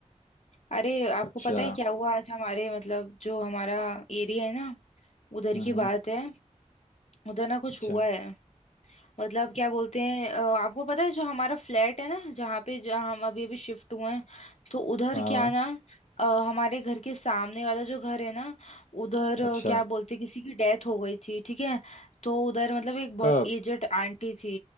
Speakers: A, on the left; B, on the left.
A: अरे आपको
B: अच्छा
A: पता है क्या हुआ आज हमारे मतलब जो हमारा एरिया है ना उधर
B: हम्म
A: की बात है उधर ना कुछ
B: अच्छा
A: हुआ है मतलब क्या बोलते हैं अ, आपको पता है जो हमारा फ्लैट है ना जहाँ पे जहाँ हम अभी अभी शिफ्ट हुए हैं तो उधर
B: हाँ
A: क्या ना अ, हमारे घर के सामने वाला जो घर है ना उधर अ,
B: अच्छा
A: क्या बोलते हैं, किसी की डेथ हो गई थी ठीक है तो उधर मतलब एक बहुत
B: कब
A: एजेड आंटी थी